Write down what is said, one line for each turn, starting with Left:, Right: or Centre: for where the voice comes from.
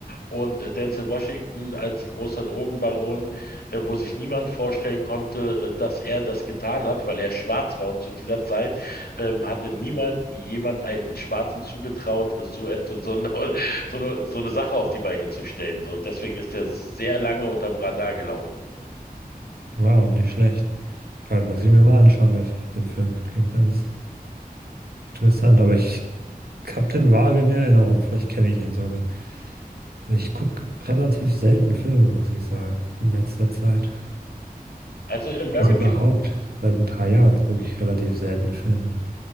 Left: und äh, Denzel Washington als großer Drogenbaron, äh, wo sich niemand vorstellen konnte, äh, dass er das getan hat, weil er schwarz war. Und zu dieser Zeit ähm, hatte niemand jemand einen Schwarzen zugetraut, so etwas, so eine, <laughs> so eine, so eine Sache auf die Beine zu stellen. So. Und deswegen ist er sehr lange unterm Radar gelaufen.
Right: Wow, nicht schlecht. Ja, den muss ich mir mal anschauen, der- den Film. Klingt ganz, Interessant, aber ich habe den vage in Erinnerung. Vielleicht kenne ich ihn sogar. Also ich gucke relativ selten Filme, muss ich sagen, in letzter Zeit.
Left: Also American,
Right: Also überhaupt, seit ein paar Jahren gucke ich relativ selten Filme.